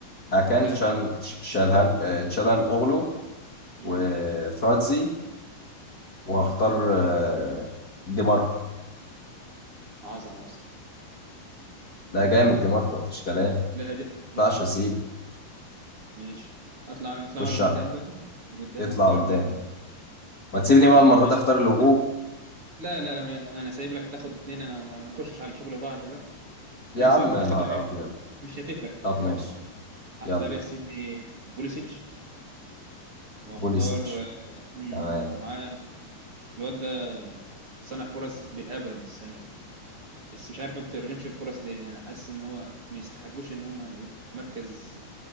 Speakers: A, on the left; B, on the right.
A: هاكان
B: مكان
A: شان
B: اه
A: شالهان آه، تشالهان اوغلو
B: مم.
A: وفراتسي وهختار
B: حلو
A: آه، دي ماركو
B: عظمة اصلا
A: لا جامد دي ماركو مفيش كلام ما
B: لا ده جامد
A: ينفعش اسيب
B: الصراحة ماشي اطلع نطلع
A: خش
B: لقدام
A: عليه.
B: بقى لقدام
A: يطلع
B: اختار
A: قدام ما تسيبني بقى
B: في
A: المرة
B: الجناح
A: دي اختار الهجوم
B: لا لا لا, لا ما- انا سايب لك تاخد اتنين انا ما نخشش على شغل بعض بقى
A: يا
B: انا بسيبك
A: عم يا
B: تاخد
A: نهار
B: لعيبتي
A: ابيض
B: مش هتفرق
A: طب
B: مش هتفرق
A: ماشي
B: هختار
A: يلا
B: يا سيدي بوليسيتش واختار
A: بوليسيتش
B: امم
A: تمام
B: ومعاه الواد ده صنع فرص بالهبل السنه دي بس مش عارف ما بترجمش الفرص ليه انا حاسس ان هو ما يستحقوش ان هم يبقوا في مركز